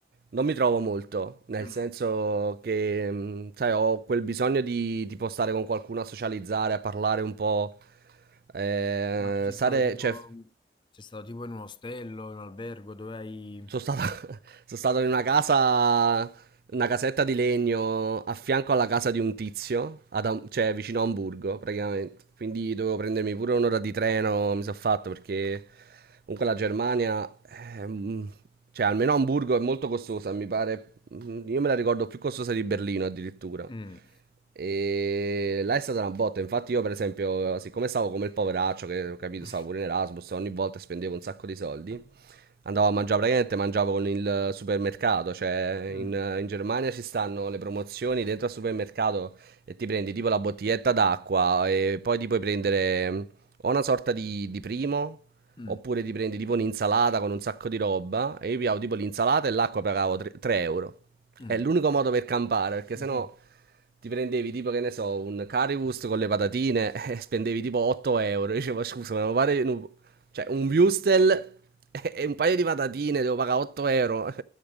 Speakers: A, on the right (about 55°); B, on the left (about 25°).
A: non mi trovo molto, nel
B: mm.
A: senso che, mh, sai, ho quel bisogno di, tipo stare con qualcuno a socializzare, a parlare un po', eh,
B: Ma tu sei
A: stare,
B: stato tipo,
A: cioè,
B: sei stato tipo in un ostello, in un albergo, dove hai...
A: Sono stato, <laughs> sono stato in una casa, una casetta di legno a fianco alla casa di un tizio, ad Am- cioè vicino a Hamburgo praticamente. Quindi dovevo prendermi pure un'ora di treno, mi sono fatto perché comunque la Germania, ehm, cioè almeno Hamburgo è molto costosa, mi pare, mm, io me la ricordo più costosa di Berlino addirittura.
B: Mm.
A: E là è stata una botta. Infatti, io, per esempio, siccome stavo come il poveraccio, che ho capito,
B: <laughs>
A: stavo pure in Erasmus, ogni volta spendevo un sacco di soldi andavo a mangiare praticamente, mangiavo con il supermercato, cioè
B: Mm,
A: in, in Germania ci stanno le promozioni dentro al supermercato e ti prendi tipo la bottiglietta d'acqua e poi ti puoi prendere mm, o una sorta di, di primo
B: mm,
A: oppure ti prendi tipo un'insalata con un sacco di roba e io pigliavo tipo l'insalata e l'acqua pagavo 3 euro.
B: mm.
A: È l'unico modo per campare perché
B: <laughs>
A: sennò ti prendevi tipo che ne so un currywurst con le patatine <laughs> e spendevi tipo 8 euro. Io dicevo scusa ma mi pare un cioè, un Wustel <laughs> e un paio di patatine, devo pagare 8 euro. <laughs>